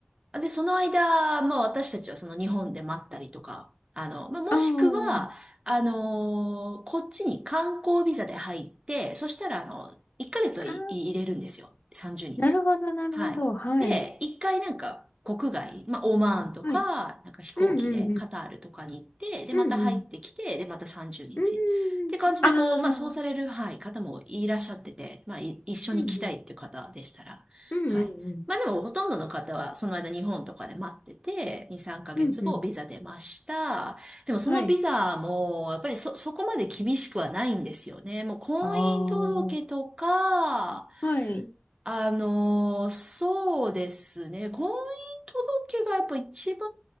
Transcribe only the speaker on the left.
あー
あー、
なるほど、なるほど。
はい。
はい。
うん、うん、うん。
うん、
うん。
うんうん、
ああ、
うん、うん。うん、
うん、うん。
うん、うん。
はい。
ああ、はい。